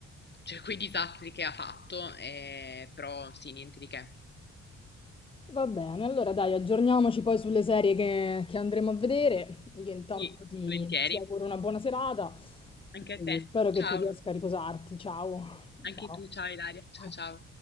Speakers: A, on the left; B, on the left.
A: cioè, quei disastri che ha fatto, eh, però sì, niente di che.
B: Va bene, allora dai, aggiorniamoci poi sulle serie che, che andremo a vedere. Io intanto
A: Sì,
B: ti,
A: volentieri.
B: ti auguro una buona serata e
A: Anche a te.
B: spero
A: Ciao.
B: che tu riesca a riposarti. Ciao. <laughs>
A: Anche
B: Ciao.
A: tu, ciao Ilaria. Ciao
B: Ciao.
A: ciao.